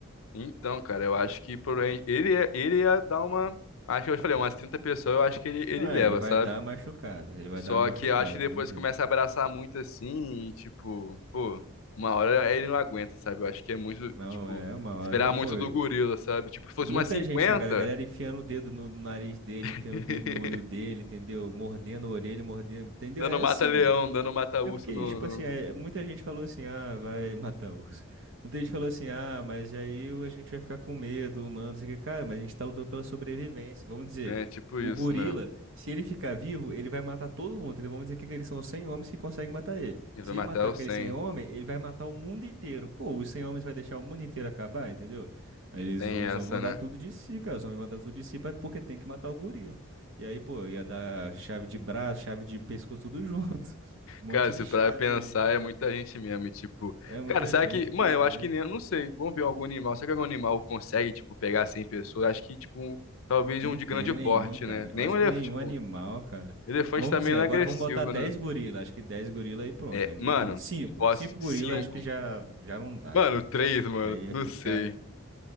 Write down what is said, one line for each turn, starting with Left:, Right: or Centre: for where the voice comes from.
Left: Então, cara, eu acho que por aí- ele, ia- ele ia dar uma. Acho que eu falei, umas 30 pessoas, eu acho que ele, ele
Right: Não, é,
Left: leva,
Right: ele vai
Left: sabe?
Right: dar uma machucada. Ele vai
Left: Só
Right: dar uma machucada,
Left: que eu acho que depois
Right: não tem jeito.
Left: começa a abraçar muito assim, e, tipo, pô, uma hora ele não aguenta, sabe? Eu acho que é muito,
Right: Não,
Left: tipo,
Right: é uma hora,
Left: esperar muito
Right: pô.
Left: do gorila, sabe? Tipo, se fosse
Right: Muita
Left: umas cinquenta
Right: gente, tá ligado? A galera enfiando o dedo no, no nariz dele,
Left: <laughs>
Right: enfiando o dedo no olho dele, entendeu? Mordendo a orelha, mordendo. Entendeu?
Left: dando
Right: É
Left: mata-leão,
Right: assim, é.
Left: dando mata-urso
Right: É porque,
Left: no.
Right: tipo assim, é, muita gente falou assim, ah, vai matar urso. Muita gente falou assim, ah, mas aí o- a gente vai ficar com medo, humano, não sei o que. Cara, mas a gente tá lutando pela sobrevivência. Vamos dizer,
Left: É tipo
Right: o
Left: isso,
Right: gorila,
Left: né?
Right: se ele ficar vivo, ele vai matar todo mundo, entendeu? Vamos dizer que aqueles são os 100 homens que conseguem matar ele.
Left: E
Right: Se
Left: vai matar
Right: matar
Left: o
Right: aquele
Left: 100.
Right: 100 homens, ele vai matar o mundo inteiro. Pô, os 100 homens vai deixar o mundo inteiro acabar, entendeu? Aí Eles,
Left: Tem
Right: os
Left: essa,
Right: homens vão
Left: né?
Right: dar tudo de si, cara. Os homens vão dar tudo de si pra- porque tem que matar o gorila. E aí, pô, ia dar chave de braço, chave de pescoço, tudo <laughs> junto. Um monte
Left: Cara, se
Right: de chave.
Left: pra pensar, é muita gente mesmo. E, tipo,
Right: É muita
Left: cara, será
Right: gente,
Left: que.
Right: não
Left: Mano,
Right: tem
Left: eu
Right: jeito.
Left: acho que nem. eu Não sei. Vamos ver algum animal. Será que algum animal consegue, tipo, pegar 100 pessoas? Acho que, tipo, um- talvez
Right: Não
Left: um de
Right: tem
Left: grande porte,
Right: nenhum, cara.
Left: né?
Right: Eu
Left: Nem
Right: acho
Left: um elefante.
Right: que nenhum
Left: Tipo,
Right: animal, cara.
Left: elefante
Right: Vamos
Left: também
Right: dizer,
Left: não
Right: agora
Left: é agressivo,
Right: vamos botar 10
Left: né?
Right: gorila. Acho que 10 gorila aí pronto,
Left: É,
Right: aí não
Left: mano,
Right: dá não. cinco
Left: posso.
Right: cinco gorila
Left: cinco.
Right: acho que já, já não dá,
Left: Mano,
Right: cara.
Left: 3, mano.
Right: Aí ia
Left: Não
Right: ficar
Left: sei.